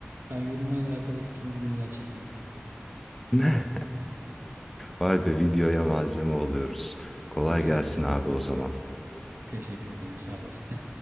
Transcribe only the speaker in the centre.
<laughs> Vay be videoya malzeme oluyoruz. Kolay
gelsin
abi o zaman.